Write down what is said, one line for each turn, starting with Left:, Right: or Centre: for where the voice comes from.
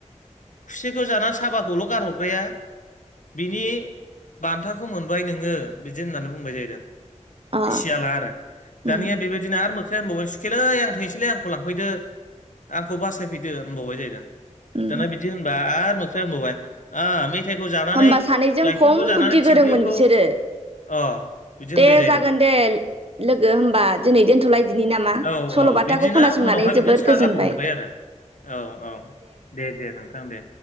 Left: सिखौ जानानै साबाखौल' गारहरग्राया। बिनि बान्थाखौ मोनबाय नोङो बिदि होननानै बुंबाय जाहैदों।
Right: अ
Left: सियाला आरो
Right: उम
Left: दानिया बेबायदिनो आरो मोखां। आसा होनबावबाय सुखोलै आं थांनोसैलै आंखौ लांफैदो आंखौ बासायफैदो होनबावबाय जाहैदों।
Right: उम
Left: दाना बिदि होनबा आरो मोख्रै होनबावबाय। फिथाइखौ जानानै
Right: होमबा सानैजों
Left: गाइखेरखौ
Right: खम
Left: जानानै
Right: बुद्धि
Left: थिंख्लिखौ
Right: गोरोंमोन बिसोरो
Left: अ। बिदि होनबाय
Right: दे
Left: जाहैदों
Right: जागोन दे लोगो होमबा दिनै दोनथ'लायदिनै। नामा
Left: औ
Right: सल'बाथाखौ
Left: औ बिदिनो
Right: खोनासंनानै
Left: उनावहाय
Right: जोबोद
Left: बिदिनो साजाखौ
Right: गोजोनबाय।
Left: मोनबाय आरो औ औ दे दे नोंथां दे।